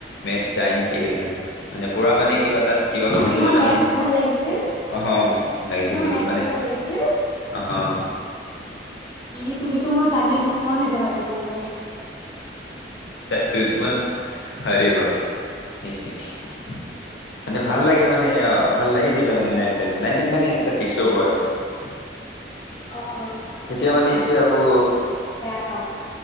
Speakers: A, on the left; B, on the left.
A: মেচ চাইনচ এইকেইটা। মানে পুৰা মানে কিবা তাত কিবা কৰিছিলো
B: তোমাৰ
A: যে। মানে
B: মেথছ ভাল লাগিছিল?
A: অ, লাগিছিল
B: তোমাৰ মেথছ
A: মানে
B: ভাল লাগিছিল?
A: অ।
B: ই তুমিতো মোৰ জানি দুছমন হৈ দে বাদ দিলো আৰু দে।
A: দুছমন হৰি ব <unintelligible> মানে ভাল লাগে মান মানে ভাল লাগিছিলে মানে নাইন টেনত। নাইন টেন মানে এই ক্লাছ ছিক্সৰ পৰাই।
B: অ, অ।
A: যেতিয়া মানে এতিয়া আকৌ
B: অ।